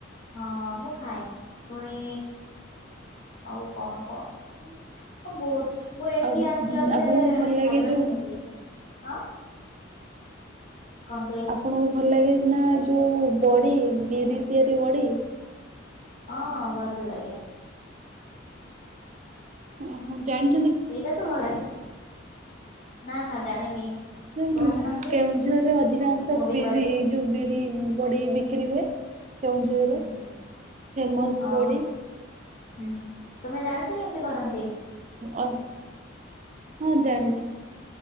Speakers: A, on the left; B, on the right.
A: ହଁ ମୁଁ ଖାଏ। ପୁଣି ଆଉ କଣ କଣ ବହୁତ। ମୁଁ ଏଠି
B: ଆଉ
A: ଆସିଲା ପରେ
B: ଆପଣଙ୍କୁ ଭଲ ଲାଗେ
A: ଖାଇବା
B: ଯୋଉ
A: ଶିଖି ଯାଇଛି, ହଁ। କଣ କହିଲେ
B: ଆପଣଙ୍କୁ ଭଲ ଲାଗେ ନା ଯୋଉ ବଡ଼ି, ବିରି ତିଆରି ବଡ଼ି।
A: ହଁ ଭ ଲାଗେ।
B: ଓହୋ ଜାଣ
A: ସେଇଟା ତ ଭଲ ଲାଗେ, ନା ନା ଜାଣିନି।
B: <unintelligible>
A: କହୁନାହାନ୍ତି
B: କେଉଁଝରରେ ଅଧିକାଂଶ
A: ମୁଁ ବି
B: ବିରି
A: କରିବି।
B: ଏ ଯୋଉ ବିଡି ବଡ଼ି ବି କ୍ରି ହୁଏ କେଉଁଝରେ
A: ହୁଁ ହୁଁ
B: ଫେମସ୍
A: ଓହୋ
B: ବଡ଼ି।
A: ହୁଁ ହୁଁ ତମେ ଜାଣିଛ କେମିତି କରନ୍ତି?
B: ଅ ହଁ ଜାଣିଚି।